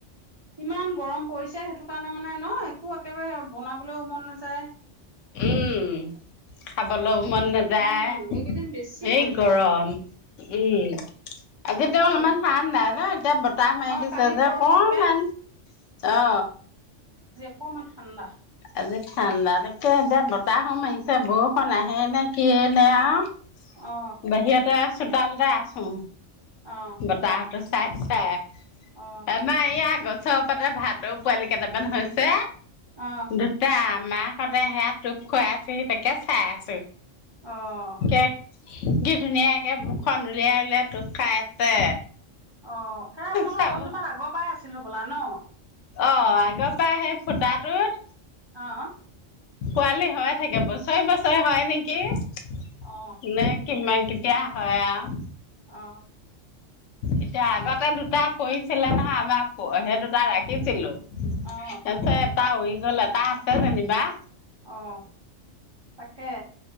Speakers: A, on the right (about 35°); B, on the left (about 75°).
A: ইমান গৰম পৰিছে সেইটো কাৰণে মানে নহ একেবাৰে বনাব লেও মন নাযায়
B: উম খাব লও মন নাযায়
A: উম এইকেইদিন বেছি
B: হেই
A: পৰিছে
B: গৰম
A: গৰমটো।
B: উম আজিতো
A: তাকে
B: অলপমান ঠানণ্ডাই ন এ বত তাহ মাৰি
A: অ
B: দিছে
A: কালি
B: যে
A: পৰহিতকে
B: কণমান অ
A: অকণমান ঠাণ্ডা
B: আজি ঠাণ্ডাতকে এতিয়া বতাহ ও মাৰিছে বৰষুণ আহে নে কি নে আৰু
A: অ
B: বাহিৰত আহচোন চালদ আছো
A: অ
B: বতাহ তে চাই চাই
A: অ
B: আমা ইয়া আগ চৰপতেৰ ভাতৰ পোৱালি কেইটামান হৈছে
A: অ
B: দুটা আমা সতে সেয়া টোপ খুৱাই আছো তোকে চাই আছো
A: আহ
B: কে কি ধুনীয়াকে মুখন উলিয়াই উলিয়াই টোপ খাই আছে
A: অ সেই আপোনালোকৰ
B: চাব।
A: গছজোপাত আগৰ পৰাই আছিল হ'বলা ন
B: অ আগৰ পৰা সেই ফুটাটোত
A: অহ
B: পোৱালি হয়ে থাকে বছৰি বছৰি হয় নেকি
A: অ
B: নাই কি মাইকি এয়া হয় আৰু
A: অ
B: এতিয়া আগতে দুটা পৰিঢ়ছিলে নহয় আমাৰ সেই দুটা ৰাখিছিলো
A: অ
B: এছটাা হৈ গ'ল এটা আছে যেনিবা
A: অ তাকে